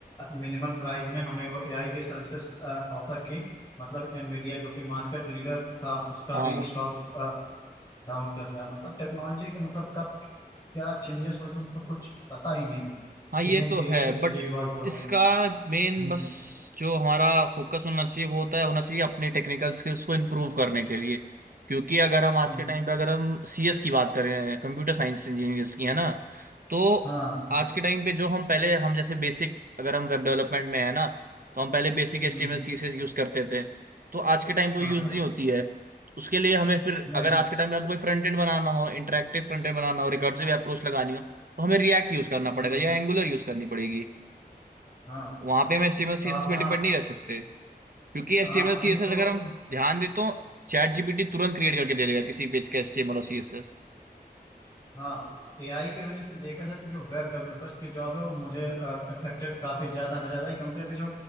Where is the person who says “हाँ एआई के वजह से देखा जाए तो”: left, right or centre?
Left